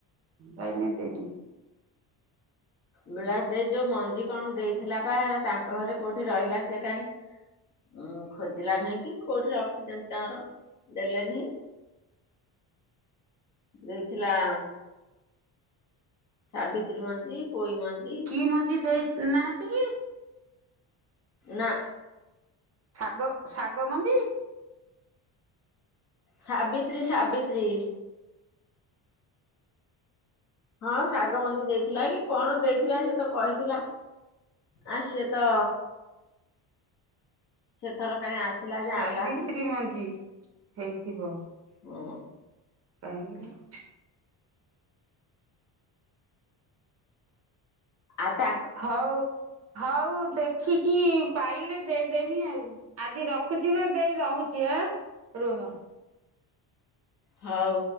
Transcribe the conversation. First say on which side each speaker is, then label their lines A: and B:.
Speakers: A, on the right; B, on the left.
A: ପାଇନେ ଦେମି।
B: ବିଳା ଦେଇ ଯୋଉ ମଞ୍ଜି କଣ ଦେଇଥିଲା ବା ତାଙ୍କ ଘରେ କୋଉଠି ରହିଲା ସେ କାହିଁ ଉଁ ଖୋଜିଲା ନାହିଁ କି କୋଉଠି ରଖିଛନ୍ତି ତାଙ୍କର ଦେଲେ ନେହିଁ। ଦେଇଥିଲା ସାବିତ୍ରୀ ମଞ୍ଜି ପୋଇ ମଞ୍ଜି।
A: କି ମଞ୍ଜି ଦେଇ ନାହାନ୍ତି କି?
B: ନା
A: ଶାଗ ଶାଗ ମଞ୍ଜି?
B: ସାବିତ୍ରୀ ସାବିତ୍ରୀ। ହଁ ଶାଗ ମଞ୍ଜି ଦେଇଥିଲା କି କଣ ଦେଇଥିଲା ସେ ତ କହିଥିଲା ଆ ସିଏ ତ ସେଥର କାଇହିଁ ଆସିଲା
A: ସାବିତ୍ରୀ
B: ଯେ ଆଣିଲାନି।
A: ମଞ୍ଜି ହେଇଥିବ
B: ହଁ
A: ପାଇହିଁକି ନା <inaudible>
B: ଆ ତା
A: ହଉ ହଉ ଦେଖିକି ପାଇଲେ ଦେଇଦେମି ଆଉ। ଆଜି ରଖୁଛି ଗ ଦେଇ ରହୁଛି ଆଁ ରୁହ।
B: ହଉ